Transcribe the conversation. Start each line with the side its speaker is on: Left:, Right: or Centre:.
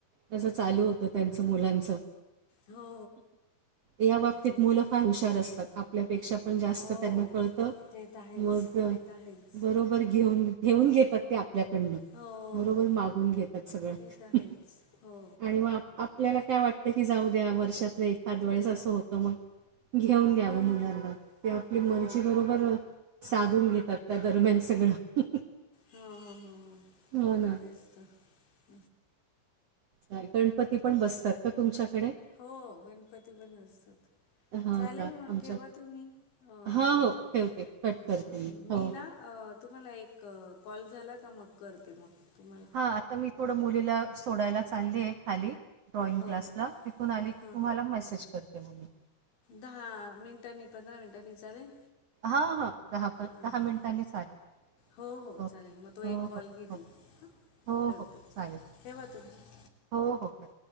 Right: तसं चालूं होतं त्यांचं मुलांचं
Left: हो
Right: यां बांबतीत
Left: ते
Right: मुलं
Left: तर
Right: फांर हुशांर असतांत आपल्यांपेक्षा पणं जास्तं
Left: हो
Right: त्यांना कळतं
Left: ते तर आहेच
Right: मंग
Left: ते तर आहेच
Right: बरोबर घेऊंन घेऊंन घेतांत ते आपल्यांकडनं
Left: हो
Right: बरोबर मागूंन घेतांत सगळं
Left: ते तर आहेच
Right: आणि
Left: हो
Right: मंग आपल्यांला कायं वाटतं की जाऊं द्यां वर्षात नाहीं एखादं वेळेस असं होतं मंग घेऊंन द्यावं
Left: हम्म.
Right: मुलांना ते आपली
Left: हो
Right: मलजी बरोबर साधूंन घेतांत त्यां दरम्यांन सगळं
Left: हो हो
Right: हो ना
Left: तेचं तरं
Right: गणपती पणं बसतांत कां तुमच्यांकडे
Left: हो गणपती पण असतात
Right: हो
Left: चालेल
Right: कां
Left: मग
Right: आमचं
Left: ठेवा तुम्ही अं,
Right: हां हो ठेवते कट करते
Left: हां मी
Right: हो
Left: नां तुम्हांला एक कॉल झालायं कां मंग करते मंग तुम्हांला
Right: हां आंता मी थोडं मुलीलां सोडांयला चाललीय खांली ड्रॉइंग
Left: हो
Right: क्लांसला
Left: हो
Right: तिथूंन आले की
Left: हां
Right: तुम्हांला मेसेज करते मगी.
Left: दहा मिनटांनी पंधरा मिनटांनी चालेल.
Right: हां हां. दहा प दहा
Left: हां हां
Right: मिनिटांनी चालेल.
Left: हो हो
Right: ओके
Left: चालेल मंग तो
Right: हो
Left: एक कॉल
Right: हो
Left: घेे-
Right: हो
Left: ठेवती
Right: हो हो चालेल
Left: ठेव तुम्हीं.
Right: हो हो कां.